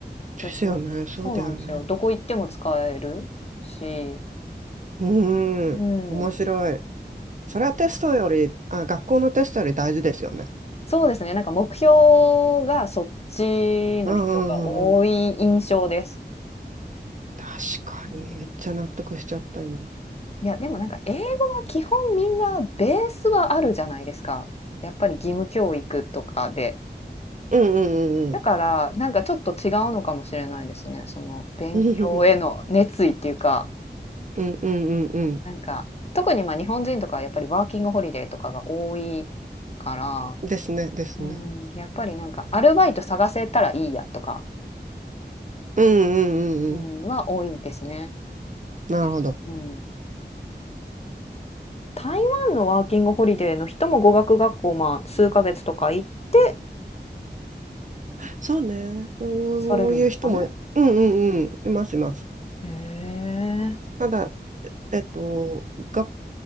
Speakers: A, on the right; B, on the left.
A: ですよね。
B: 別に、
A: そうだよね。
B: そうなんですよ。どこ行っても使えるし、
A: う
B: うん。
A: ーん。面白い。それはテストより、
B: え
A: あ、学校のテストより大事ですよね。
B: そうですね。なんか目標がそっちの人が多い印象です。
A: うんうんうんうん。確かに。
B: うん。
A: めっちゃ納得しちゃった、今。
B: いや、でもなんか英語は基本みんなベースはあるじゃないですか。やっぱり義務教育とかで。
A: うんうん
B: だからなんかちょっと違うのかもしれないですね。その勉強への熱意っていうか。
A: うんうん。うんうんうんう
B: なんか特にまあ日本人とかはやっぱりワーキングホリデーとかが多いから
A: ん。ですね、ですね。
B: うん、やっぱりなんかアルバイト探せたらいいやとか、
A: うんうんうんうん。
B: うん、は多いですね。
A: なるほど。
B: うん、台湾のワーキングホリデーの人も語学学校、まあ、数ヶ月とか行って
A: そうね。そういう人も、
B: されるんですかね。
A: うんうんうん、いますいます。
B: へえ。
A: ただ、えっと、学